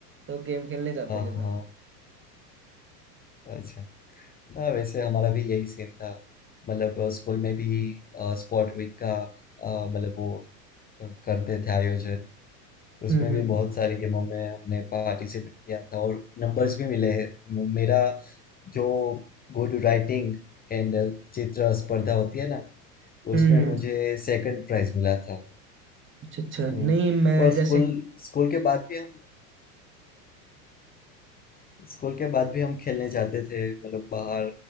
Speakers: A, on the right (about 25°); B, on the left (about 20°).
A: तो गेम खेलने जाते
B: हाँ
A: थे पहले
B: हाँ अच्छा हाँ वैसे हमारा भी यही सीन था मतलब अ, स्कूल में भी स्पोर्ट वीक का अ, मतलब वो अ, करते थे आयोजन उसमें
A: हम्म
B: भी
A: हम्म
B: बहुत सारी गेमों में हमने पार्टिसिपेट किया था और नंबर्स भी मिले हैं मु- मेरा जो गुड राइटिंग एंड चित्र स्पर्धा होती है ना
A: हम्म,
B: उसमें मुझे सेकंड प्राइज मिला था
A: अच्छा अच्छा
B: हम्म
A: नहीं मैं
B: और
A: जैसे
B: स्कूल स्कूल के बाद भी हम स्कूल के बाद भी हम खेलने जाते थे मतलब बाहर